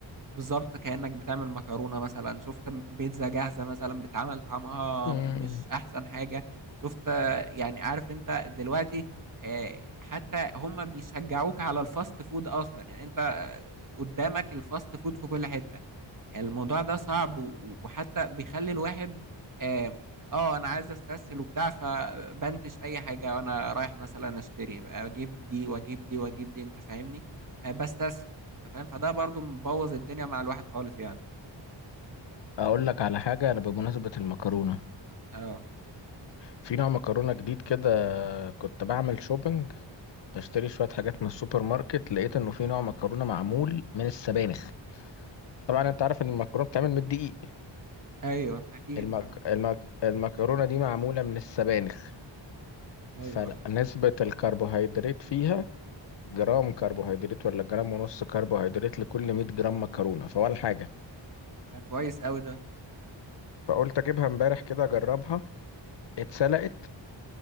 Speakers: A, on the right; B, on the left.
A: بالظبط كأنك بتعمل مكرونة مثلا شفت بيتزا جاهزة مثلا بتعمل طعمها
B: مم.
A: مش أحسن حاجة شفت يعني عارف أنت دلوقتي آه، حتى هم بيشجعوك على الفاست فود أصلا يعني أنت قدامك الفاست فود في كل حتة يعني الموضوع ده صعب و- وحتى بيخلي الواحد آه آه، أنا عايز أستسهل وبتاع فبنتش أي حاجة وأنا رايح مثلا أشتري أجيب دي وأجيب دي وأجيب دي أنت فاهمني آه، بستسهل انت فاهم فده برضو مبوظ الدنيا مع الواحد خالص يعني
B: اقول لك على حاجه انا بمناسبه المكرونه
A: اه
B: في نوع مكرونه جديد كده كنت بعمل شوبينج بشتري شويه حاجات من السوبر ماركت لقيت انه في نوع مكرونه معمول من السبانخ طبعا انت عارف ان المكرونه بتتعمل من الدقيق
A: ايوه اكيد
B: المك...
A: اه
B: المك... المكرونه دي معموله من السبانخ
A: ايوه
B: فنسبه
A: ايوه
B: الكربوهيدرات فيها جرام كربوهيدرات ولا جرام ونص كربوهيدرات لكل 100 جرام مكرونة فولا حاجة
A: ده كويس قوي ده
B: فقلت اجيبها امبارح كده اجربها اتسلقت